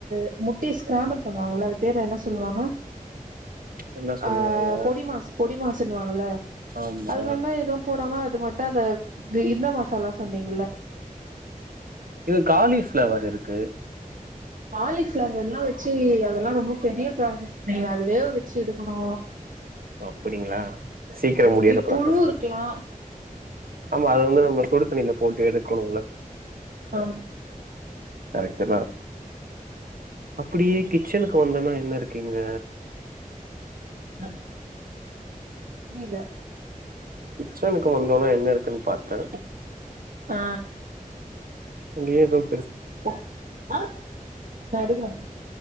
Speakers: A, on the right; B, on the right.
A: த முட்டைய ஸ்கிராம்பல் பண்ணுவாங்கல்ல அது பேரு என்ன சொல்லுவாங்க
B: என்ன சொல்லுவாங்க
A: ஆ பொடி மாஸ் பொடி மாஸ்ன்னுவாங்கல
B: ஆமா
A: அது வெங்காயோ எதுவு போடாம அது மட்டு அந்த இது இந்த மசாலா சொன்னீங்க
B: இது காலிஃப்ளவர் இருக்கு
A: காலிப்ளவர்லா வச்சு அதெல்லா ரொம்ப பெரிய ப்ராசஸ் நீங்க அது வேக வச்சு எடுக்கணு
B: ஓ அப்டிங்களா சீக்கரோ
A: மைட்
B: முடியுற
A: பி
B: ப்ராசஸ்
A: புழு
B: இல்ல
A: இருக்கலா
B: ஆமா அது வந்து நம்ம சுடு தண்ணில போட்டு எடுக்கணுல
A: ஆம்
B: கரெக்ட்டுதா அப்டியே கிச்சனுக்கு வந்தனா என்ன இருக்கு இங்க
A: ஹ புரீல
B: கிச்சன்கு வந்தோனே என்ன இருக்குன் பாத்தே
A: ஆ
B: இங்கேதும்
A: <unintelligible>